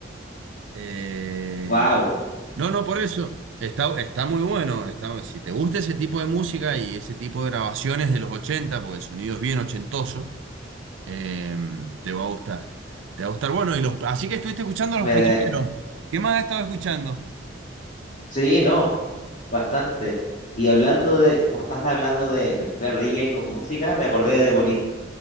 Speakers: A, on the right (about 80°); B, on the left (about 40°).
A: Eh,
B: Wow,
A: no, no, por eso. Está, está muy bueno. Está, si te gusta ese tipo de música y ese tipo de grabaciones de los 80 porque el sonido es bien ochentoso, eh, te va a gustar. Te va a gustar. Bueno, y los, así que estuviste escuchando a
B: me
A: Los Prisioneros. ¿Qué más has estado escuchando?
B: sí, no, bastante. Y hablando de, como estás hablando de mezclar reggae con música, me acordé de The Police.